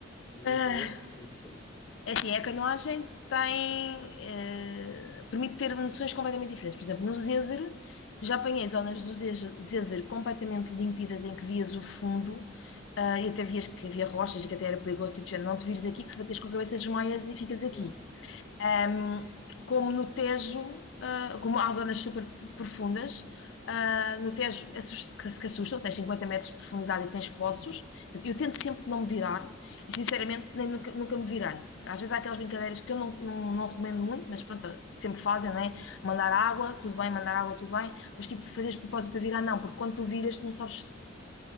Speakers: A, on the left; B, on the left.
A: Limpeza,
B: Ah,
A: isso tudo.
B: É assim, é que a canoagem tem, eh, permite ter noções completamente diferentes. Por exemplo, no Zézer, já apanhei zonas do Zez- Zézer completamente límpidas em que vias o fundo, ah, e até vias que havia rochas e que até era perigoso, tipo, de género, não te vires aqui que se bateres com a cabeça desmaias e ficas aqui.
A: Yeah,
B: Um, como no Tejo, uh, como há zonas super profundas, uh, no Tejo assust- que se que assustam, tens 50 metros de profundidade e tens poços. Portanto, eu tento sempre não me virar e, sinceramente, nem, nunca, nunca me virei. Às vezes há aquelas brincadeiras que eu não, não, não recomendo muito, mas pronto, sempre fazem, não é? Mandar água, tudo bem, mandar água, tudo bem, mas tipo, fazeres propósito para virar, não, porque quando tu viras, tu não sabes